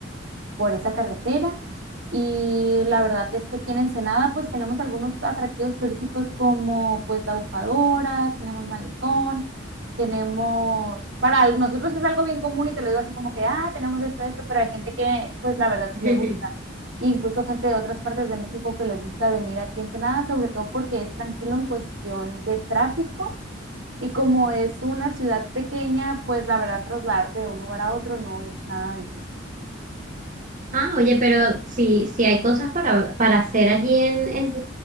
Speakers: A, on the right; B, on the right.
A: por esa carretera. Y la verdad es que aquí en Ensenada pues tenemos algunos atractivos turísticos como pues la bufadora, tenemos malecón, tenemos, para al- nosotros es algo bien común y te lo digo así como que, ah, tenemos esto, esto, pero hay gente que pues la verdad
B: <laughs>
A: sí le gusta. Incluso gente de otras partes de México que les gusta venir aquí en Ensenada, sobre todo porque es tranquilo en cuestión de tráfico y como es una ciudad pequeña, pues la verdad trasladarte de un lugar a otro no es nada difícil.
B: Ah, oye, pero sí, sí hay cosas para, para hacer allí en, en,